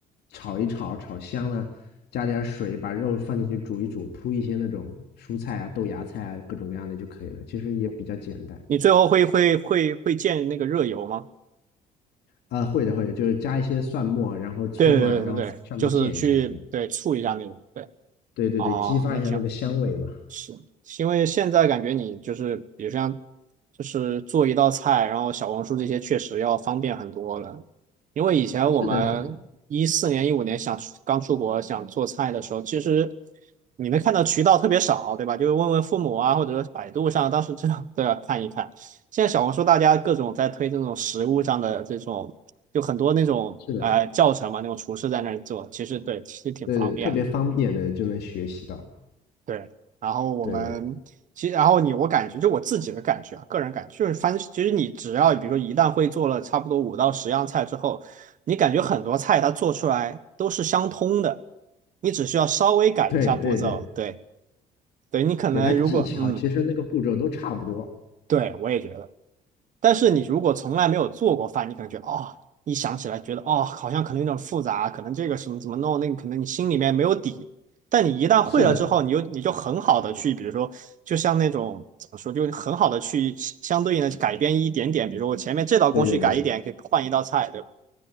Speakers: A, on the left; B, on the right.
A: 炒一炒，炒香了，加点水，把肉放进去煮一煮，铺一些那种蔬菜啊、豆芽菜啊各种各样的就可以了。其实也比较简单。
B: 你最后会会会会建那个热油吗？
A: 啊，会的会的，就是加一些蒜末，然后葱啊，
B: 对对对对对，
A: 然后上面溅一下，
B: 就是去对醋一下那种。
A: 对
B: 对，
A: 对对对，
B: 哦，
A: 激发一下那个香味嘛。
B: 那挺是，因为现在感觉你就是，比如像，就是做一道菜，然后小红书这些确实要方便很多了。因为以前我们一四年、
A: 是的，是的
B: 一五年想出刚出国想做菜的时候，其实你能看到渠道特别少，对吧？就是问问父母啊，或者说百度上，当时这样都要看一看。现在小红书大家各种在推这种食物上的这种，就很多那种呃教程嘛，
A: 是的。
B: 那种厨师在那儿做，其实对，其实挺方便的。
A: 对对，特别方便的就能学习到。
B: 对，然后我们其实，
A: 对
B: 然后你我感觉就我自己的感觉啊，个人感觉就是翻，其实你只要比如说一旦会做了差不多五到十样菜之后，你感觉很多菜它做出来都是相通的，你只需要稍微改一下步骤，
A: 对对对对，
B: 对，对你可能如果嗯，
A: 对，它技巧其实那个步骤都差不多。
B: 对我也觉得。但是你如果从来没有做过饭，你可能觉得哦，一想起来觉得哦，好像可能有点复杂，可能这个什么怎么弄，那个可能你心里面没有底。但你一旦会了之后，
A: 是的，
B: 你就你就很好的去，比如说，就像那种怎么说，就很好的去相对应的改变一点点，比如说我前面这道工序改一点，
A: 对对对，
B: 可以换一道菜，对吧？